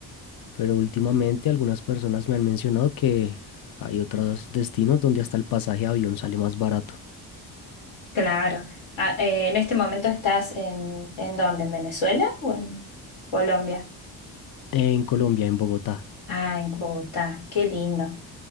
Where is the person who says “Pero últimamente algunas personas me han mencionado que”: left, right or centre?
Left